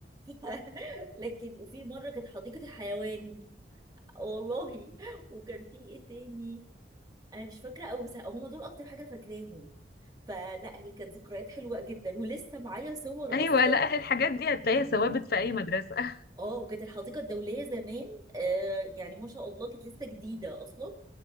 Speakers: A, on the right; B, on the left.
A: <laughs> لكن وفي مره كانت حديقه الحيوان والله وكان في ايه تاني انا مش فاكره قوي بس هم دول اكتر حاجه فاكراهم فلا هي كانت ذكريات حلوه جدا ولسه معايا صور
B: ايوه
A: اصلا
B: لا الحاجات دي هتلاقيها
A: ليها
B: ثوابت في اي مدرسه <laughs>
A: اه وكانت الحديقه الدوليه زمان آه يعني ما شاء الله كانت لسه جديده اصلا